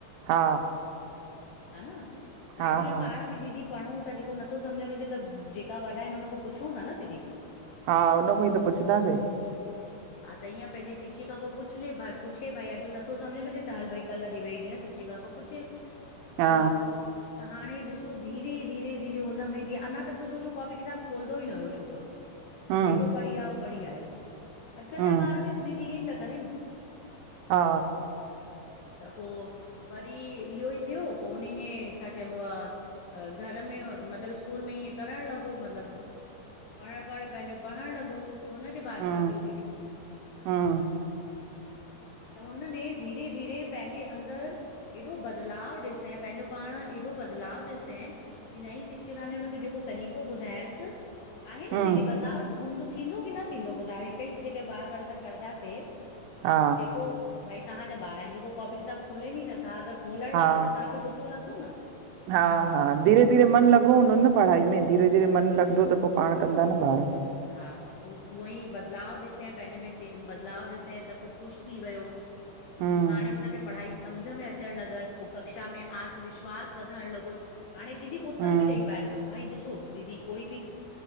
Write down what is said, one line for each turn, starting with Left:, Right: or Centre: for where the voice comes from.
Right: हा
Left: हा न भाई
Right: हा
Left: जीअं
Right: हा
Left: पाण बि दीदी पढ़ूं त जेको न नथो समझ में अचे त जेके वॾा आहिनि उन खां पुछूं था न दीदी
Right: हा हुन खां ई त पुछंदासीं
Left: हा त ईअं पंहिंजी मास्तर खां पुछी बि अॼु नथो समझ में अचे त हल भई ॾीं ॿए ॾींहुं शिक्षिका खां पुछे
Right: हा
Left: त त हाणे ॾिसो धीरे धीरे धीरे अञा त कॉपी किताब खोलींदो ई न हो छाकाण
Right: हम्म
Left: बस जेको पढ़ी आहियो। पढ़ी आहियो अॼुकल्ह
Right: हम्म
Left: जा ॿार बि त दीदी इहे ई था कनि
Right: हा
Left: त पोइ वरी इहो ई थियो पोइ उन ने छा चइबो आहे घर में मतलबु स्कूल में ईीअं करणु लॻो मतलबु पढ़णु पंहिंजो पढ़णु लॻो त हुन खां पोइ
Right: हम्म
Left: छा थियो
Right: हम्म
Left: त हुने धीरे धीरे पंहिंजे अंदर एॾो बदलाव ॾिसे ऐं पंहिंजो पाण एॾो बदलाव ॾिसे त नई जेको तरीक़ो ॿुधायसि आहे न
Right: हम्म
Left: दीदी बदलाव हूंदो थींदो न ॿुधायो हिकु ई शए खे बार बार असां कंदासीं
Right: हा
Left: जेको भई तव्हांजा ॿार आहिनि जेको कॉपी किताब खोलनि ई नथा अगरि खोलण
Right: हा
Left: लॻा त तव्हांखे सुठो लॻंदो न
Right: हा हा धीरे धीरे मन लॻो हूंदो न पढ़ाई में धीरे धीरे मन लॻंदो त पोइ पाण कंदा न ॿार
Left: हा हूअ बदिलाव ॾिसी करे पंहिंजे में ख़ुश थी वियो
Right: हम्म
Left: हाणे हुनखे पढ़ाईस समझ में अचण लॻसि पोइ कक्षा में आत्मविश्वास वधणु लॻुसि हाणे दीदी उत्तर
Right: हम्म
Left: बि ॾेई पाए पयो। भई ॾिसो दीदी कोई बि